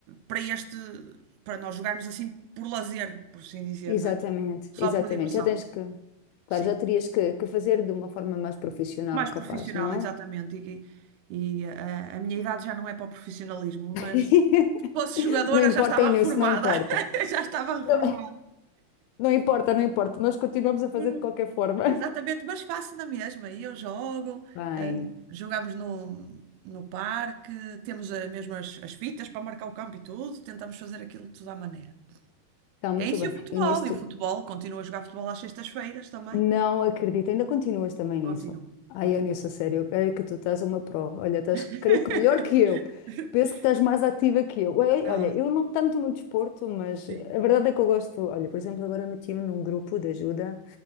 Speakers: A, on the right (about 85°); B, on the left (about 85°).
A: para este, para nós jogarmos assim por lazer, por assim dizer,
B: Exatamente,
A: não é? Só
B: exatamente.
A: por diversão.
B: Já tens que, claro,
A: Sim
B: já terias que, que fazer de uma forma mais profissional,
A: mais
B: capaz,
A: profissional,
B: não?
A: exatamente. E, e a, a minha idade já não é para o profissionalismo,
B: <laughs>
A: mas se fosse jogadora
B: Não importa,
A: já estava
B: Inês,
A: reformada.
B: não importa.
A: <laughs> Já estava reformada.
B: Não, não importa, não importa, nós continuamos a fazer
A: Mas-
B: de qualquer forma.
A: Exatamente, mas faço na mesma. E eu jogo,
B: Bem,
A: eh, jogamos no, no parque, temos eh, mesmo as, as fitas para marcar o campo e tudo, tentamos fazer aquilo tudo à maneira.
B: está muito
A: É isso
B: bem.
A: e o futebol.
B: E nisso tu
A: E o futebol, continuo a jogar futebol às sextas-feiras também.
B: não acredito, ainda continuas também nisso.
A: Continuo,
B: Ai,
A: continuo.
B: eu nisso, a sério, eu creio que tu estás uma prova. Olha, estás,
A: <laughs>
B: creio que melhor que eu. Penso que estás mais ativa que eu. Ei,
A: tá
B: Olha, eu não tanto no desporto, mas
A: sim,
B: a verdade é que eu gosto. Olha, por exemplo, agora meti-me num grupo de ajuda.